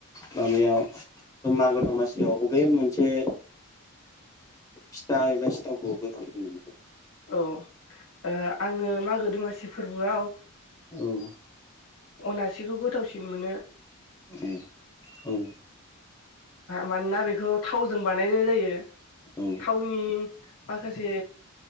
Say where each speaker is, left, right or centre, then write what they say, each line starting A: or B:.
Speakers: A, on the left; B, on the left.
A: माबायाव मागो दमासियाव बबे मोनसे फिथा एबा सिथावखौ गोथावमोनो
B: औ ओ आङो मागो दमासि फोरबोआव
A: औ
B: अनासिखौ गोथावसिन मोनो
A: ए औ।
B: मानोना बेखौ थावजों बानायनाय जायो।
A: औ
B: थावनि माखासे